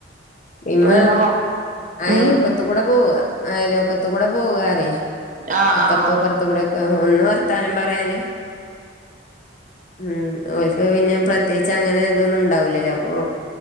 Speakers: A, on the left; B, on the right.
A: ഇന്ന
B: പോയിനോ
A: അയൽവക്കത്ത്
B: ഉം
A: കൂടെ പോവ ആയല ഒക്കത്ത കൂടെ പോവറേ അയൽ വക്കത്തുംട
B: ആഹ്
A: പോവാറേഅപ്പറത്തും
B: ആഹ്
A: ഇറത്ത കൂടെ ഒക്കെ ഒന്ന് ത്താനം പറയാന് ഉം ഓൽക്ക് പിന്നെ പ്രത്യേകിച്ച് അങ്ങനെ എതൊന്നും ഉണ്ടാവില്ലല്ലോ അപ്പൊ